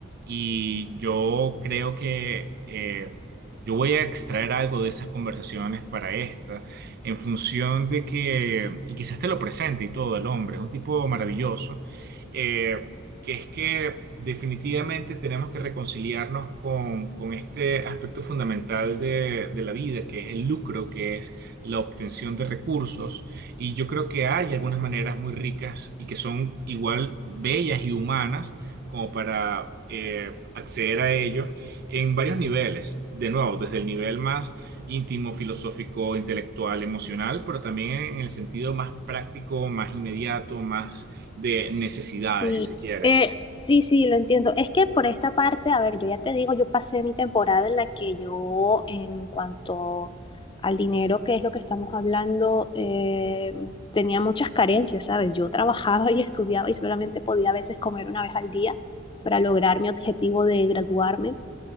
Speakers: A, on the right; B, on the left.
A: Y yo creo que eh, yo voy a extraer algo de esas conversaciones para esta, en función de que, y quizás te lo presente y todo el hombre, es un tipo maravilloso, eh, que es que definitivamente tenemos que reconciliarnos con, con este aspecto fundamental de, de la vida, que es el lucro, que es la obtención de recursos y yo creo que hay algunas maneras muy ricas y que son igual bellas y humanas como para eh, acceder a ello en varios niveles. De nuevo, desde el nivel más íntimo, filosófico, intelectual, emocional, pero también en el sentido más práctico, más inmediato, más de necesidades,
B: Sí,
A: si se quiere.
B: eh, sí, sí, lo entiendo. Es que por esta parte, a ver, yo ya te digo, yo pasé mi temporada en la que yo, en cuanto al dinero, que es lo que estamos hablando, eh, tenía muchas carencias, ¿sabes? Yo trabajaba <laughs> y estudiaba y solamente podía a veces comer una vez al día para lograr mi objetivo de graduarme.